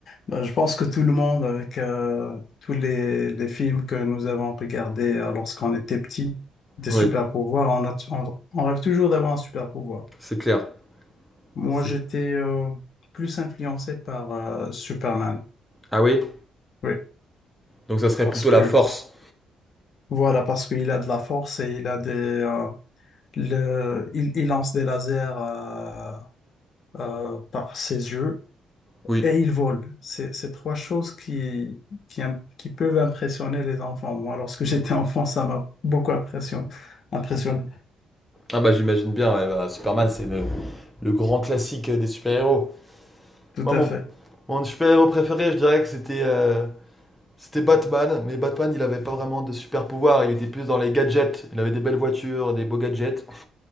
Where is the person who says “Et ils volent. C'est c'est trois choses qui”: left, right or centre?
Left